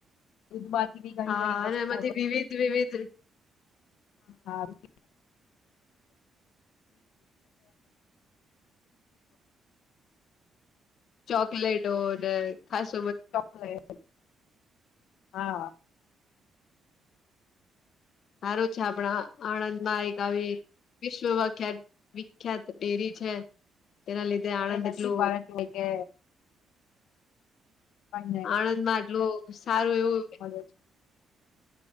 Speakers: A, on the left; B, on the left.
A: દૂધમાંથી બી ઘણી
B: હા
A: ઘણી
B: અને
A: વસ્તુઓ
B: એમાંથી વિવિધ વિવિધ
A: હા. <unintelligible>
B: ચોકલેટો ને ખાસ
A: ચોકલેટ હા.
B: સારું છે, આપણા આણંદમાં એક આવી વિશ્વવખ્યાત વિખ્યાત ડેરી છે, તેના લીધે આણંદ
A: આપે નસિક
B: એટલું
A: બારત એય કે. આપણને
B: આણંદ માં આટલું સારું એવું.
A: હ.